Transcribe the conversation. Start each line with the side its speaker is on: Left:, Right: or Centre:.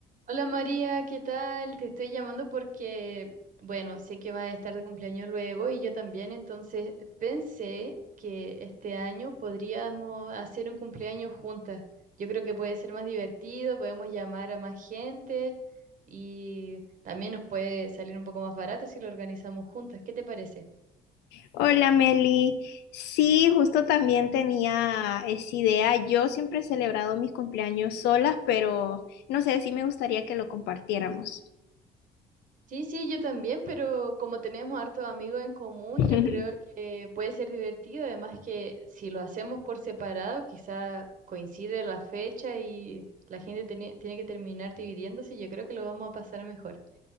Right: Hola María, ¿qué tal? Te estoy llamando porque, bueno, sé que vas a estar de cumpleaños luego y yo también, entonces pensé que este año podríamos hacer un cumpleaños juntas. Yo creo que puede ser más divertido, podemos llamar a más gente y también nos puede salir un poco más barato si lo organizamos juntas. ¿Qué te parece?
Left: Hola Meli, sí, justo también tenía esa idea. Yo siempre he celebrado mis cumpleaños solas, pero no sé, sí me gustaría que lo compartiéramos.
Right: Sí, sí, yo también, pero como tenemos hartos amigos en común,
Left: <laughs>
Right: yo creo que puede ser divertido. Además que si lo hacemos por separado, quizá coincide la fecha y la gente tiene, tiene que terminar dividiéndose. Yo creo que lo vamos a pasar mejor.